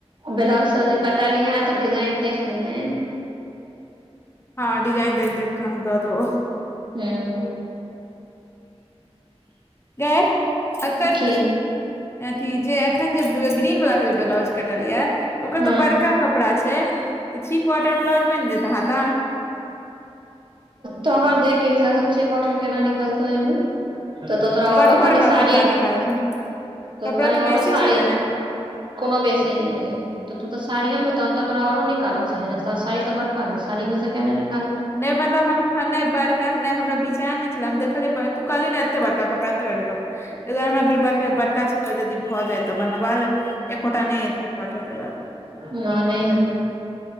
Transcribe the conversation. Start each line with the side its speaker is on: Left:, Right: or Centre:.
Right: ब्लाउज सब जे कटलही हैं तऽ डिजाइन देख लीहैन।
Left: हँ डिजाइन देख देख कऽ हम दऽ देबो।
Right: हूँ।
Left: गय एकर
Right: की
Left: थ्री अथी जे एखन जे ग्रीन वला जे ब्लाउज कटलिया ओकर
Right: हँ
Left: तऽ बड़का कपड़ा छै त थ्री क्वार्टर ब्लाउज बनि जेतय हाता।
Right: तोहर देह के हिसाबसँ थ्री क्वार्टर केना निकलतौ एहिमे। तऽ तऽ तोरा
Left: बड
Right: ओरो
Left: बड़का
Right: कनि साड़ी
Left: कपड़ा निकालल छै
Right: त
Left: कपड़ा
Right: कनी
Left: तऽ
Right: ओरो
Left: बेसी
Right: साड़ी
Left: छलै ने
Right: कोनो बेसी नै रहै। तऽ तूतऽ साड़ीयो मे तहन तऽ तोरा आरो निकाल चाही ने साड़ी तऽ बड़का रहो साड़ी मे से किये ने नि
Left: नहि मतलब हम हऽ नहि बड़का नहि हमरा विचार नहि छले हम देखलियै ब तू कह नऽ एते बड़का कपड़ा एते बड़का कपड़ा तैय दुआरै हमरा भेल बापरे बड़का छैय तऽ जदि भऽ जाय तऽ बनबा एकोटा नहि अए थ्री क्वार्टर तय दुआरे
Right: नै नहि हेतो